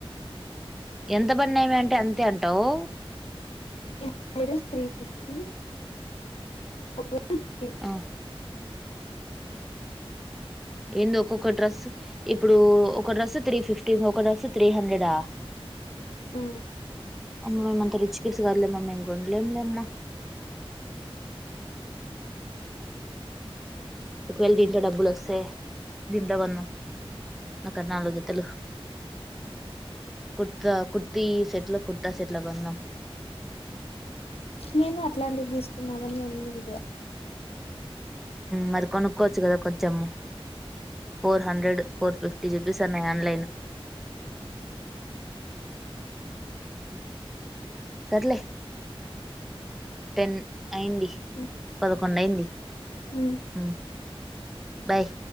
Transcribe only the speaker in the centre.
ఎంత పన్నాయ్ మే అంటే అంతే అంటావు
ఆ ఏంది ఒక్కొక్క డ్రెస్ ఇప్పుడు ఒక డ్రెస్సు త్రీ ఫిఫ్టీ ఇంకొక డ్రెస్ త్రీ హండ్రెడా
అమ్మ మేమ్ అంత రిచకిడ్స్ కాదులేమ్ మమ్ ఇం కొనలేంలేమ్మా ఒకవేల దీంట్లో డబ్బులు వస్తే దీంట్లో కొన్నాం ఒక నాలుగు జతులు కుర్తా కుర్తీ సెట్లో కుర్తా సెట్ల కొందం
మరి కొనుక్కోవచ్చు కదా కొంచెం ఫోర్ హండ్రెడ్ ఫోర్ ఫిఫ్టీ చూపిస్తున్నాయి ఆన్లైన్ సర్లే టెన్ అయింది
పదకొండు అయింది
హ్మ్ బాయ్